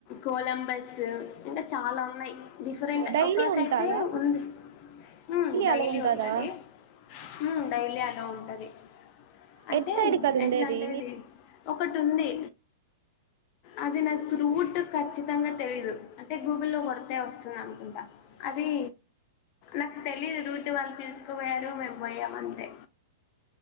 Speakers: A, on the left; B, on the right.
A: కొలంబస్ ఇంకా చాలా ఉన్నాయి డిఫరెంట్
B: డైలీ
A: ఒకటైతే
B: ఉంటాదా
A: ఉంది. ఉ డైలీ
B: అలా ఉంటదా
A: ఉంటది ఉ డైలీ అలా ఉంటది. అంటే
B: ఎట్ సైడ్ కద ఉండేది
A: ఎట్లా అంటే అది ఒకటి ఉంది. అది నాకు రూట్ ఖచ్చితంగా తెలీదు అంటే గూగుల్లో లో కొడతే అనుకుంటా అది నాకు తెలీదు రూట్ వాళ్ళు పిల్చుకుపోయారు మేము పోయాం అంతే